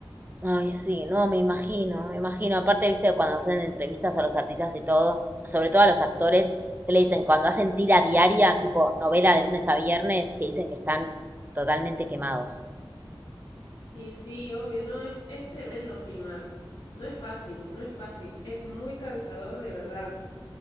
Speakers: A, on the right (about 20°); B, on the left (about 70°).
A: Ay, sí, no, me imagino, me imagino. Aparte, viste, cuando hacen entrevistas a los artistas y todo, sobre todo a los actores, que le dicen, cuando hacen tira diaria, tipo novela de lunes a viernes, que dicen que están totalmente quemados.
B: Y sí, obvio, no, es, es tremendo filmar. No es fácil, no es fácil. Es muy cansador de verdad.